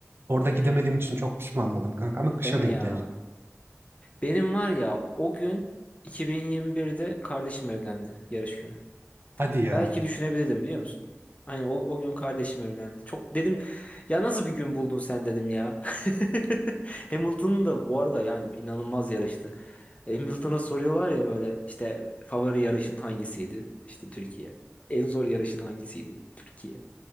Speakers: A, on the right; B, on the left.
A: Orada gidemediğim
B: Hı hı.
A: için çok pişman oldum kanka ama kışa
B: Değil mi
A: denk
B: ya?
A: geldi.
B: Benim var ya o gün 2021'de kardeşim evlendi yarış günü.
A: Hadi ya.
B: Belki düşünebilirdim biliyor musun? Aynen o, o gün kardeşim evlendi. Çok dedim ya nasıl bir gün buldun sen dedim ya. <laughs> Hamilton'ın da bu arada yani inanılmaz yarıştı. Hamilton'a soruyorlar ya böyle işte favori yarışın hangisiydi? İşte Türkiye. En zor yarışın hangisiydi? Türkiye.